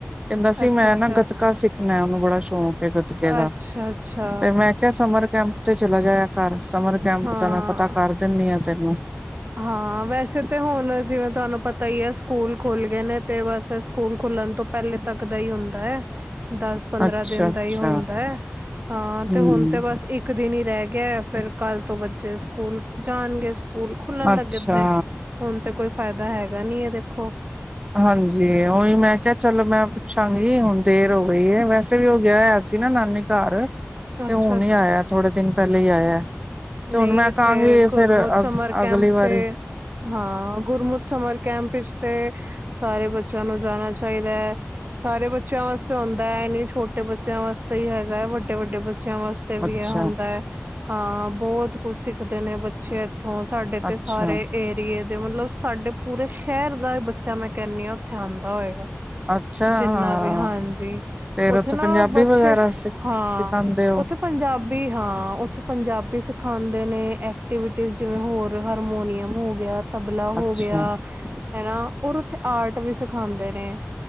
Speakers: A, on the right (about 25°); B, on the right (about 45°).
A: ਕਹਿੰਦਾ ਸੀ
B: ਅੱਛਾ
A: ਮੈਂ
B: ਅੱਛਾ
A: ਨਾ ਗੱਤਕਾ ਸਿੱਖਣਾ, ਉਹਨੂੰ ਬੜਾ ਸ਼ੌਂਕ ਐ ਗੱਤਕੇ ਦਾ,
B: ਅੱਛਾ ਅੱਛਾ
A: ਤੇ ਮੈਂ ਮੈਂ ਕਿਆ ਸਮਰ ਕੈਂਪ ਤੇ ਚਲਾ ਜਾਇਆ ਕਰ, ਸਮਰ ਕੈਂਪ
B: ਹਾਂ
A: ਤਾਂ ਮੈਂ ਪਤਾ ਕਰ ਦਿੰਦੀ ਆ ਤੈਨੂੰ।
B: ਹਾਂ, ਵੈਸੇ ਤੇ ਹੋਣ ਜਿਵੇਂ ਤੁਹਾਨੂੰ ਪ ਤਈ ਐ ਸਕੂਲ ਖੁੱਲ ਗਏ ਨੇ ਤੇ ਬਸ ਸਕੂਲ ਖੁੱਲਣ ਤੋਂ ਪੈਲੇ ਤੱਕ ਦਾ ਈ ਹੁੰਦਾ ਐ। ਦਾਸ-ਪੰਦਰਾਂ
A: ਅੱਛਾ
B: ਦਿਨ
A: ਅੱਛਾ
B: ਦਾ ਈ ਹੁੰਦਾ ਐ, ਹਾਂ
A: ਹਮ
B: ਤੇ ਹੁਣ ਤੇ ਬਸ ਇ ਇੱਕ ਦਿਨ ਹੀ ਰੈ ਗਿਆ, ਫੇਰ ਕੱਲ ਤੋਂ ਬੱਚੇ ਸਕੂਲ ਜਾਣਗੇ ਸਕੂਲ। ਖੁੱਲਣ
A: ਅੱਛਾ
B: ਲੱਗੇ ਨੇ, ਹੁਣ ਤੇ ਕੋਈ ਫੈਦਾ ਹੈਗਾ ਨੀ ਐ ਦੇਖੋ।
A: ਹਾਂਜੀ, ਓਈ ਮੈਂ ਕਿਹਾ ਚਲੋ ਮੈਂ ਪੁੱਛਾਂਗੀ ਹੁਣ ਦੇਰ ਹੋ ਗਈ ਏ, ਵੈਸੇ ਵੀ ਓ ਗਿਆ ਹੋਇਆ ਸੀ ਨਾ ਨਾਨੀ ਘਰ ਤੇ
B: ਅੱਛਾ
A: ਹੁਣ ਈ ਆਇਆ, ਥੋੜੇ ਦਿਨ ਪੈਲੇ ਈ ਆਇਆ। ਤੇ ਹੁਣ
B: ਨਈ
A: ਮੈਂ
B: ਏਥੇ
A: ਕਹਾਂਗੀ
B: ਗੁਰਮੁਤ
A: ਫਿਰ
B: ਸਮਰ
A: ਅ
B: ਕੈਂਪ
A: ਅਗਲੀ ਵਾਰੀ
B: ਤੇ ਹਾਂ, ਗੁਰਮੁਤ ਸਮਰ ਕੈਂਪ ਵਿੱਚ ਤੇ - ਸਾਰੇ ਬੱਚਿਆਂ ਨੂੰ ਜਾਣਾ ਚਾਈਦਾ ਐ। ਸਾਰੇ ਬੱਚਿਆਂ ਵਾਸਤੇ ਹੁੰਦਾ ਐ, ਏ ਨੀ ਛੋਟੇ ਬੱਚਿਆਂ ਵਾਸਤੇ ਈ ਹੈਗਾ, ਵੱਡੇ-ਵੱਡੇ ਬੱਚਿਆਂ ਵਾਸ ਤੇ ਵੀ
A: ਅੱਛਾ
B: ਐ ਹੁੰਦਾ ਏ, ਹਾਂ, ਬਹੋਤ ਕੁਛ ਸਿੱਖਦੇ ਨੇ ਬ ਛੇ ਏਥੋਂ, ਸਾਡੇ
A: ਅੱਛਾ
B: ਤੇ ਸਾਰੇ ਏਰੀਏ ਤੇ ਮਤਲਬ ਸਾਡੇ ਪੂਰੇ ਸ਼ਹਿਰ ਦਾ ਬੱਚਾ, ਮੈਂ ਕੈਨੀ ਆ, ਉੱਥੇ ਆਂਦਾ ਹੋਏਗਾ।
A: ਅੱਛਾ
B: ਜਿੰਨਾ
A: ਹਾਂ
B: ਵੀ ਹਾਂਜੀ,
A: ਫੇਰ
B: ਉੱਥੇ ਨਾ
A: ਪੰਜਾਬੀ
B: ਬਚੇ,
A: ਵਗੈਰਾ ਸਿ
B: ਹਾਂ,
A: ਸਿਖਾਉਂਦੇ ਹੋ
B: ਉੱਥੇ ਪੰਜਾਬੀ ਹਾਂ, ਉੱਥੇ ਪੰਜਾਬੀ ਸ ਖਾਂਦੇ ਨੇ ਐਕਟੀਵਿਟੀਜ, ਜਿਵੇਂ ਹੋਰ ਹਾਰਮੋਨੀਅਮ ਹੋਗਿਆ। ਤਬਲਾ ਹੋਗਿਆ,
A: ਅੱਛਾ
B: ਹੈਨਾ ਹੋਰ ਉਥੇ ਆਰਟ ਵੀ ਸਿਖਾਂਦੇ ਨੇ।